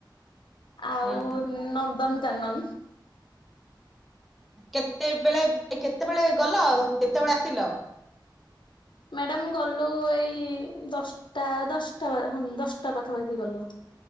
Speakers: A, on the left (about 75°); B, in the centre.
A: ଆଉ
B: ହଁ
A: ନନ୍ଦନ କାନନ
B: କେତେବେଳେ କେତେବେଳେ ଗଲ ଆଉ କେତେବେଳେ ଆସିଲ?
A: ମାଡାମ ଗଲୁ ଏଇ ଦଶଟା ଦଶଟା ହଁ ଦଶଟା ପାଖାପାଖି ଗଲୁ।